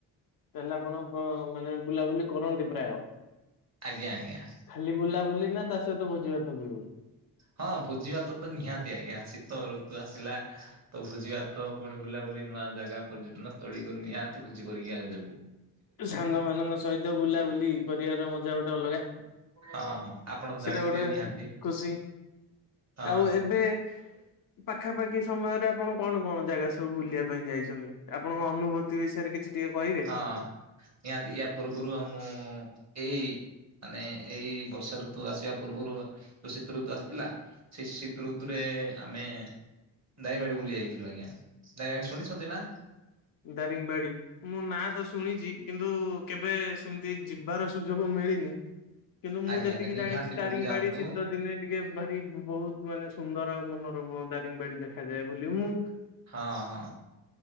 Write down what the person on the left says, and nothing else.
ତାହେଲେ ଆପଣ ପ ମାନେ ବୁଲାବୁଲି କରନ୍ତି ପ୍ରାୟ?
ଖାଲି ବୁଲାବୁଲିନା ତାସହିତ ଭୋଯି ଭାତବି ହୁଏ?
ସାଙ୍ଗ ମାନଙ୍କ ସହିତ ବୁଲାବୁଲି କରିବାର ମଜା ଗୋଟେ ଅଲଗା।
ସେଇଟା
ଗୋଟେ
ଖୁସି
ଆଉ ଏବେ ପାଖାପାଖି ସମୟରେ ଆପଣ କଣ କଣ ଜାଗା ସବୁ ବୁଲିବା ପାଇଁ ଯାଇଚନ୍ତି ଆପଣଙ୍କ ଅନୁଭୂତି ବିଷୟରେ କିଛି ଟିକେ କହି
ଦାରିଙ୍ଗ୍ ବାଡ଼ି ମୁଁ ନାଁ ତ ଶୁଣିଚି କିନ୍ତୁ କେବେ ସେମିତି ଯିବାର ସୁଯୋଗ ମିଳିନି କିନ୍ତୁ ମୁଁ
ଯେତିକି
ଜାଣିଚି ଦାରିଙ୍ଗ୍
ବାଡି ଶୀତ ଦିନେ ଟିକେ ଭାରି ବହୁତ୍ ମାନେ ସୁନ୍ଦର ଆଉ ମନୋରମ ଦାରିଙ୍ଗ୍ ବାଡି ଦେଖାଯାଏ ବୋଲି ମୁ